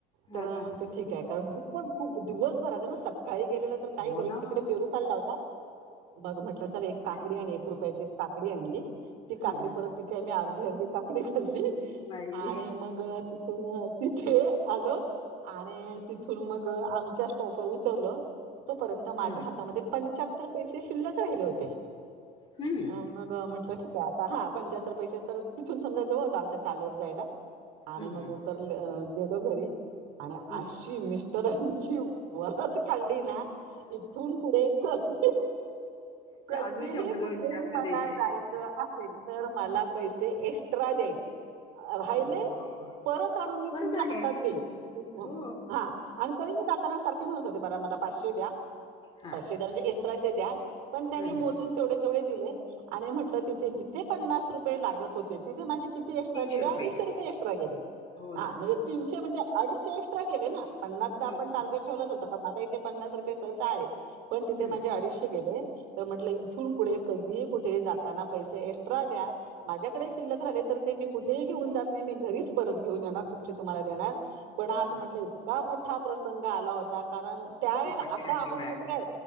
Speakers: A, on the left; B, on the right.
A: हां,
B: तर
A: हां.
B: म्हणते ठीक आहे कारण भूक पण खूप दिवसभरचं ना सक काळी गेलेलं तर काही
A: हो
B: एक
A: ना.
B: तिकडे पेरू खाल्ला होता मग म्हटलं च एक
A: बापरे!
B: काकडी आणि एक रुपयाची काकडी आणली ती काकडी
A: हं, हं.
B: परत तिथे आम्ही अर्धी अर्धी काकडी खाल्ली.
A: बाई!
B: आणि मग तिथून तिथे आलो आणि तिथून मग आमच्या स्टॉप वर उतरलो तोपर्यंत माझ्या
A: हां.
B: हात तमध्ये पंचाहत्तर पैसे शिल्लक राहिले होते.
A: हं.
B: हा मग म्हटलं की ते आता हां पंच्याहत्तर पैसे तर तिथून समजा जवळच आमच्या चालत जायला. आणि
A: हम्म
B: मग
A: हम्म
B: उतरले गेलो घरी आणि
A: हम्म.
B: आशी मिस स्टरांची वरात काढली ना इथून पुढे कधी कधीही
A: अजून शंभर
B: कुठेही
A: दोनशे जास्त
B: मला
A: द्यायचे
B: जाय चं असेल तर मला पैसे एक्स्ट्रा द्यायचे राहिले
A: हो
B: परत आणून
A: परत
B: मी तुमच्या
A: आणेन
B: हातात देईन. हा
A: हो
B: हा आणि तरी मी जाताना सारखी म्हणत होते, जरा मला पाचशे द्या.
A: हा
B: पाचशे द्या म्हणजे एस्ट्राचे द्या पण त्यानी
A: हम्म
B: मोजून
A: हम्म.
B: तेवढे तेवढे दिले आणि म्हंटले तिथे जिथे पन्नास रुपये लागत होते तिथे माझे किती एक्स्ट्रा
A: तीनशे
B: गेले अडीशे
A: घ्या
B: रुपये एक्स्ट्रा गेले.
A: हो
B: हा
A: ना
B: म्हणजे तीनशे म्हणजे अडीचशे एक्स्ट्रा गेले ना पन्नास चा
A: हो
B: आपण
A: ना
B: टार्गेट
A: हो
B: ठेवलाच होता कारण मला ईथे पन्नास रुपये खर्च आहे. पण
A: हम्म
B: तिथे माझे
A: हम्म.
B: अडीचशे गेले तर म्हटलं इथून पुढे कधीही कुठेही जातना पैशे एक्स्ट्रा द्या माझ्याकडे शिल्लक राहिले तर ते मी कुठेही घेऊन जात नाही मी घरीच परत घेऊन येणार तुमचे तुम्हाला देणार पण आज
A: हो
B: म्हटलं
A: ना
B: इतका मोठा प्रसंग आला होता कारण त्या वेळेला
A: उपाशी
B: आता
A: राहायची
B: आपण
A: वेळ
B: सांगतो
A: आली
B: काय